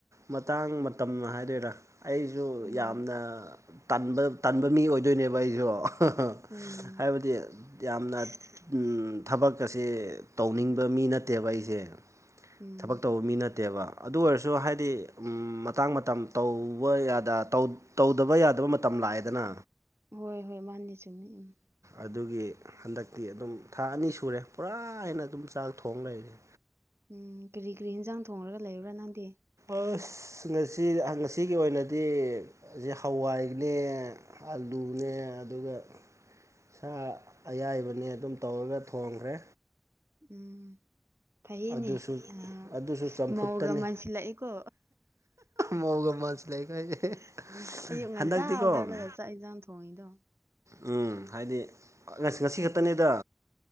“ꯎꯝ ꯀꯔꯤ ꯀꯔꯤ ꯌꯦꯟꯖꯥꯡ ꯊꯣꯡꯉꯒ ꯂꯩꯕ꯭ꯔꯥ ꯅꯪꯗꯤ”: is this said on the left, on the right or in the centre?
Right